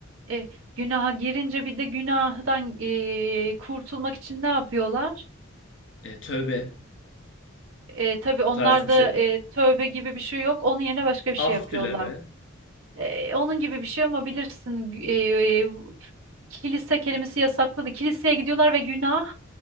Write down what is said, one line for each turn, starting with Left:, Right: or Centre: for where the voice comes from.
Right: e, günaha girince bir de günahdan e, kurtulmak için ne yapıyorlar?
Left: e, tövbe
Right: E, tabii onlarda
Left: tarzı bir şey mi?
Right: e, tövbe gibi bir şey yok. Onun yerine başka bir şey
Left: Af
Right: yapıyorlar.
Left: dileme,
Right: E, onun gibi bir şey ama bilirsin e, kilise kelimesi yasakladı. Kiliseye gidiyorlar ve günah